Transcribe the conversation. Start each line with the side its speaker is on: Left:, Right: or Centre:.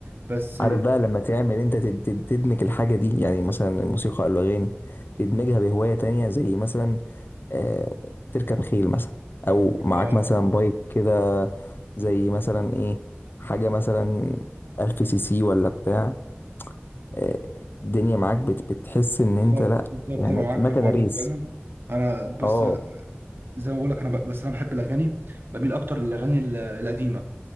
Right: بس
Left: عارف بقى لما تعمل انت تد... تد- تدمج الحاجة دي يعني مثلا الموسيقى او الأغاني تدمجها بهواية تانية زي مثلا آه، تركب خيل مثلا أو معاك
Right: اه
Left: مثلا بايك كده زي مثلا ايه حاجة مثلا ألف سي سي ولا بتاع آه، الدنيا معاك بت بتحس ان انت
Right: بالظبط
Left: لا
Right: بالظبط
Left: يعني
Right: انا معاك
Left: مكنه
Right: في الحوار
Left: ريس
Right: ده فعلا انا بس
Left: اه
Right: زي ما بقول لك انا ب... بس انا بحب الاغاني بميل اكتر للاغاني ال- القديمه